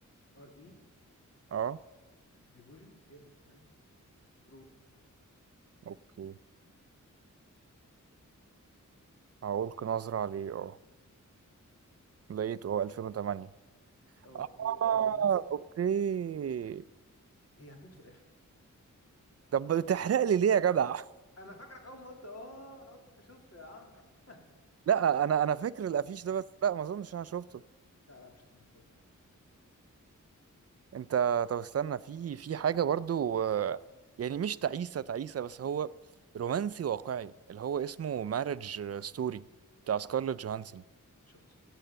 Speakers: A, on the left; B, on the right.
A: ار إي
B: اه
A: ريفوجن جيم أه رود
B: أوكي هألقي نظرة عليه اه لقيته اه 2008
A: أه
B: اه
A: هو هو رومانسي
B: اوكي
A: هي هتموت في الآخر
B: طب بتحرق لي ليه يا جدع <laughs>
A: انا فاكرك اول ما قلت اه انا قلت انت شفته يا عم <laughs>
B: لا انا انا فاكر الافيش
A: آه،
B: ده بس لا ما اظنش انا شفته
A: لا لا مش هتموت بهزر معاك مش هتموت
B: انت طب استنى في في حاجه برضو آه، يعني مش تعيسه تعيسه بس هو رومانسي واقعي اللي هو اسمه مارج ستوري بتاع سكارلوت جوهانسون
A: شفته